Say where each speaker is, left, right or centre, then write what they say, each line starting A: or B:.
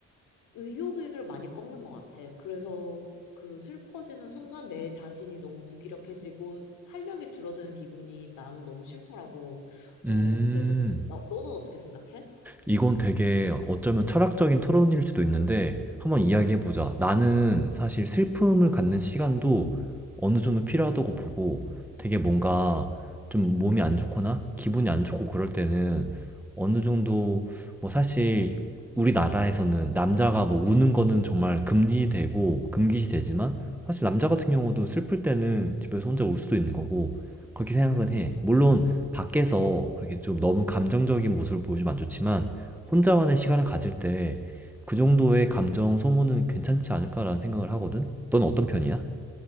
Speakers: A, on the left; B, in the centre.
A: 의욕을 많이 꺾는 것 같아. 그래서 그 슬퍼지는 순간 내 자신이 너무 무기력해지고 활력이 줄어드는 기분이 나는 너무 싫더라고. 어,
B: 음.
A: 그래서 그런데 너, 너는 어떻게 생각해?
B: 이건 되게 어쩌면 철학적인 토론일 수도 있는데 한번 이야기해보자. 나는 사실 슬픔을 갖는 시간도 어느 정도 필요하다고 보고 되게 뭔가 좀 몸이 안 좋거나 기분이 안 좋고 그럴 때는 어느 정도 뭐 사실 우리나라에서는 남자가 뭐 우는 거는 정말 금지되고 금기시 되지만 사실 남자 같은 경우도 슬플 때는 집에서 혼자 울 수도 있는 거고 그렇게 생각은 해. 물론 밖에서 그렇게 좀 너무 감정적인 모습을 보여주면 안 좋지만 혼자만의 시간을 가질 때 그 정도의 감정 소모는 괜찮지 않을까라는 생각을 하거든? 넌 어떤 편이야?